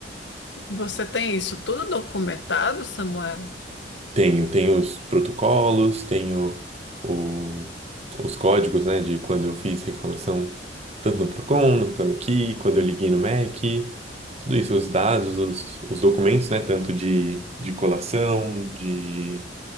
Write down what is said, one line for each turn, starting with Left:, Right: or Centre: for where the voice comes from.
Left: Você tem isso tudo documentado, Samuel?
Right: Tenho, tenho os protocolos, tenho o- os códigos, né, de quando eu fiz reclamação, tanto no Procon, no Reclame Aqui, quando eu liguei no MEC, tudo isso, os dados, os, os documentos, né, tanto de, de colação, de